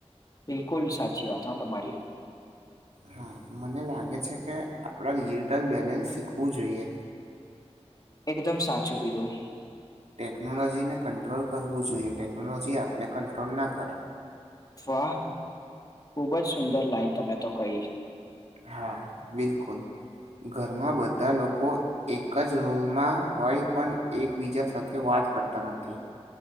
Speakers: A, on the left; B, on the right.
A: બિલકુલ સાચી વાત હ તમારી.
B: હા. મને લાગે છે કે આપણે રિયટલ બેલેન્સ શીખવું જોઈએ.
A: એકદમ સાચું કીધું.
B: ટેકનોલોજી ને કંટ્રોલ કરવું જોઈએ. ટેકનોલોજી આપને કંટ્રોલ ના કરે.
A: વાહ! ખુબ જ સુંદર લાઈન તમે તો કહી.
B: હા બિલકુલ. ઘરમાં બધા લોકો એક જ રૂમમાં હોય પણ એકબીજા સાથે વાત કરતા નથી.